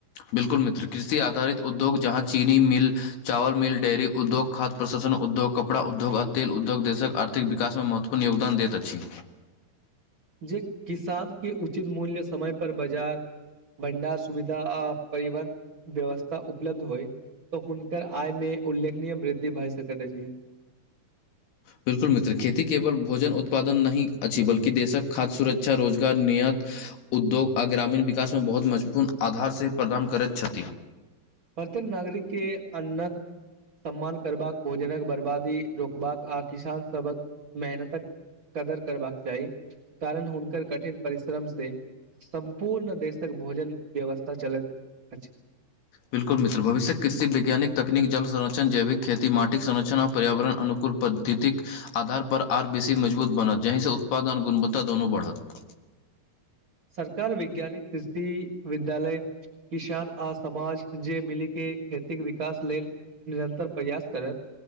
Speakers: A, on the left; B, on the right.
A: बिल्कुल मित्र कृषि आधारित उद्योग जहाँ चीनी मिल चावल मिल, डेयरी उद्योग, खाद्य प्रसंस्करण उद्योग, कपड़ा उद्योग आ तेल उद्योग देशक आर्थिक विकास में महत्व पूर्ण योगदान देैत अछि।
B: जे किसान के उचित मूल्य समय पर बजार भंडार सुविधा आ परिवहन व्यवस्था उपलब्ध होइ तऽ हुनकर आय मे उल्लेखनीय वृद्धि भए सकैत अछि।
A: बिल्कुल मित्र खेती केवल भोजन उत्पादन नहि अछि बल्कि देशक खाद्य सुरक्षा, रोजगार, नियत उद्योग आ ग्रामीण विकासमे बहुत महत्वपूर्ण आधारसे प्रदान करैत छथि।
B: प्रत्येक नागरिक के अन्न सम्मान करबाक, भोजनक बर्बादी रोकबाक आ किसान सभक मेहनतक कदर करबाक चाही कारण हुनकर कठिन परिश्रम से सम्पूर्ण देशक भोजन व्यवस्था चलैत अछि।
A: बिल्कुल मित्र भविष्यक कृषि वैज्ञानिक तकनीक, जल संरक्षण, जैविक खेती, माटिक संरक्षण आ पर्यावरण अनकूल पद्धतिक आधार पर आर बेसी मजबूत बनत जहि से उत्पादन गुणवत्ता दनू बढ़त।
B: सरकार वैज्ञानिक कृषि विद्यालय किसान आ समाज जे मिली के खेती क विकास लेल निरन्तर प्रयास करैत